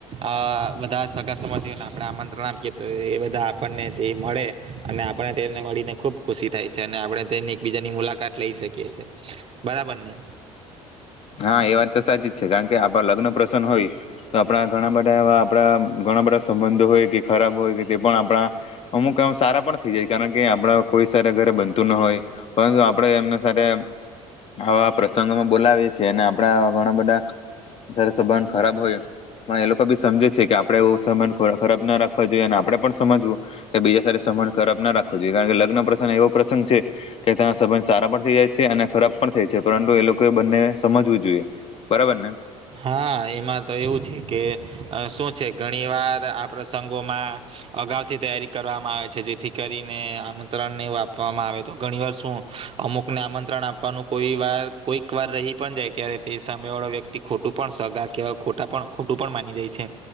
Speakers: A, on the right; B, on the left.
A: અહ બધા સગા સંબંધીઓને આપણે આમંત્રણ આપીએ, તો એ બધા આપણને તે મળે, અને આપણે તેમને મળીને ખુબ ખુશી થાય છે, અને આપણે તેન એકબીજાની મુલાકાત લઈ શકીએ છે. બરાબર ને?
B: હા એ વાત તો સાચી જ છે, કારણ કે આપ ણા લગ્ન પ્રસંગ હોય, તો આપણા ઘણા બધા એવા આપણા ઘણા બધા સંબંધો હોય કે ખરાબ હોય કે તે પણ આપણા અમુક એમ સારા પણ થઈ જાય, કારણ કે આપણા કોઈ સરે ઘરે બનતું ન હોય, પરંતુ આપણે એમને સાથે આવા પ્રસંગોમાં બોલાવી આપ ઘણા બધા સારા સંબંધ ખરાબ હોય પણ એ લોકો બી સમજે છે કે આપડે એ સંબંધ ખરાબ ના રાખવા જોઈએ અને આપણેે પણ સમજવું કે બીજા સા સંબંધ ખરાબ ના રાખવો જોઈએ કારણ કે લગ્ન પ્રસંગ એવો પ્રસંગ છે કે ત્યાં સંબંધ સારા પણ થઈ જાય છે અને ખરાબ પણ થાય છે પરંતુ એ લોકો એ બંને સમજવું જોઈએ બરાબર ને
A: હા એમાં તો એવું છે કે શું છે ઘણી વાર આ પ્રસંગોમાં અગાઉથી તૈયારી કરવામાં આવે છે જેથી કરીને આમંત્રણ નહીં આપવામાં આવે તો ઘણી વાર શું અમુકને આમંત્રણ આપવાનું કોઈ વાર કોઈક વાર રહી પણ જાય ત્યારે તે સામે વાળો વ્યક્તિ ખોટું પણ સગા કેવા ખોટા પણ ખોટું પણ માની જાય છે